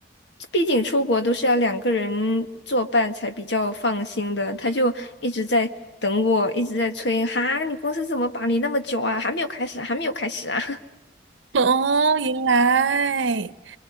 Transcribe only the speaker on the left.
毕竟出国都是要两个人作伴才比较放心的，他就一直在等我，一直在催，哈，你公司怎么绑你那么久啊？还没有开始啊还没有开始啊？